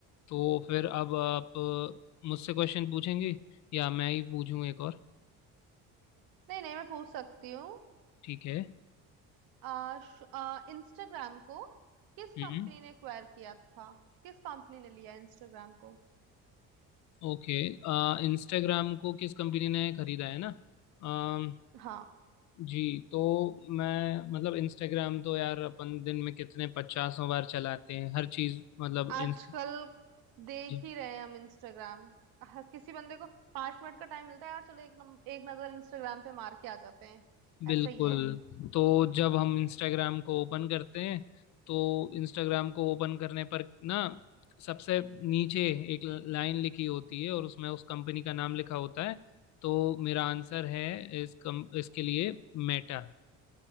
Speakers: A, on the left; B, on the right.
A: तो फिर अब आप अ, मुझसे क्वेश्चन पूछेंगे या मैं ही पूछूं एक और
B: नहीं नहीं मैं पूछ सकती हूँ
A: ठीक है
B: आ, श- आ, इंस्टाग्राम को किस
A: हम्म
B: कंपनी ने एक्वायर किया था किस कंपनी ने लिया इंस्टाग्राम को
A: ओके इंस्टाग्राम को किस कंपनी ने खरीदा है ना अम,
B: हाँ
A: जी तो मैं मतलब इंस्टाग्राम तो यार अपन दिन में कितने पचासों बार चलाते हैं हर चीज़ मतलब
B: आजकल
A: इन
B: देख
A: जी
B: ही रहे हैं हम इंस्टाग्राम हर किसी बंदे को पांच मिनट का टाइम मिलता है यार चलो एक नम, एक नजर इंस्टाग्राम पे मार के आ जाते हैं
A: बिल्कुल
B: ऐसा ही है
A: तो जब हम इंस्टाग्राम को ओपन करते हैं तो इंस्टाग्राम को ओपन करने पर ना सबसे नीचे एक लाइन लिखी होती है और उसमें उस कंपनी का नाम लिखा होता है तो मेरा आंसर है इस कम, इसके लिए मेटा